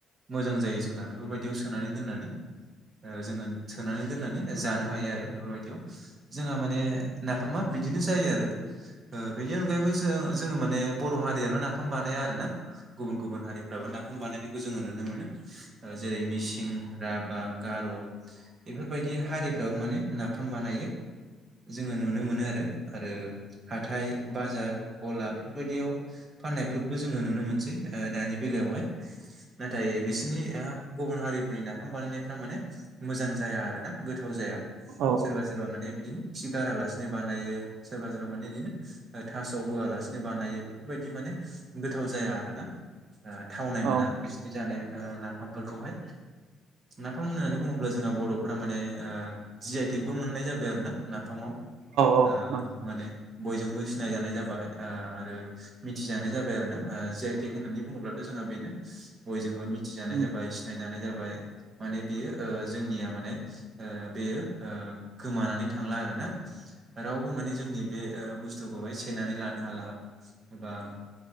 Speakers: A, on the right; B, on the right.
A: मोजां जायो जोंना बेफोरबायदियाव सोनानै दोननानै ओ जोङो सोनानै दोनना नै जानो हायो आरो बेफोरबायदियाव जोंहा माने नाफामा बिदिनो जायो आरो। ओ बेनि अनगायैबो जोङो माने बर' हारिआल' नाफाम बानाया आरोना गुबुन गुबुन हारिफ्राबो नाफाम बानायनायखौ जों नुनो मोनो जेरै मिसिं राभा गार' बेफोरबाय दि हारिफ्राबो माने नाफाम बानायो। जोङो नुनो मोनो आरो आरो हाथाय बाजार गला बेफोरबायदियाव फाननायफोरखौबो जोङो नुनो मोनसै दानि बेलायावहाय। नाथाय बिसोरनिया गुबुन हारिफोरनि नाफाम बानायनायफ्रा माने मोजां जाया आरो ना। गोथाव जाया
B: औ
A: सोरबा सोरबा माने बिदिनो खि गारालासिनो बानायो सोरबा सोरबा माने बिदिनो थास' होआलासिनो बानायो बेफोरबायदि माने गोथाव जाया आरो ना थावनाय मोना
B: औ
A: बिसोरनि जानाय ओ नाफामफोरखौहाय नाफाम होननानै बुङोब्ला जोंहा बर'फोरा माने आ जि आइ थेकबो मोननाय जाबाय आरो ना नाफामाव
B: औ
A: आ
B: नंगौ नंगौ
A: माने। बयजोंबो सिनायजानाय जाबाय आ आरो मिथिजानाय जाबाय आरोना आ जि आइ टेक होननानै बुङोब्लाथ' जोङो बेनो बयजोंबो मि थिजानाय
B: उम
A: जाबाय सिनाय जानाय जाबाय माने बियो ओ जोंनिया माने ओ बेयो ओ गोमानानै थांला आरो ना रावबो माने जोंनि बे ओ बुस्थु खौहाय सेनानै लानो हाला एबा